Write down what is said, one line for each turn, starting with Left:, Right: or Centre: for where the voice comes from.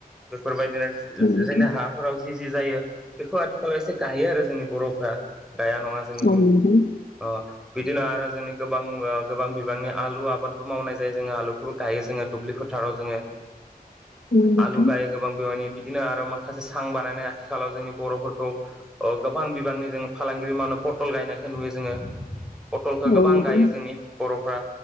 Centre: बेफोरबायदिनो
Left: औ नोंथां
Centre: जोंनि हाफोराव जि जि जायो बेखौ आथिखालाव एसे गायो आरो जोंनि बर'फ्रा। गाया नङा जोंनिथिं
Left: औ नोंथां
Centre: अ दिनै आरो जोंनि गोबां गोबां बिबांनि आलु आबादबो मावनाय जायो जोंङो आलुफोरबो गायो जोंङो दुब्लिफोरथाराव जोंङो
Left: औ नोंथां
Centre: आलु गायो गोबां बिबांनि बिदिनो आरो माखासे सां बानायनाय आथिखालाव जोंनि बर'फोरखौ अ गोबां बिबांनि जों फालांगिरि मावनो पटल गायनायखौ नुयो जोंङो पटलखौ गोबां
Left: औ नोंथां औ नोंथां
Centre: गायो जोंनि बर'फ्रा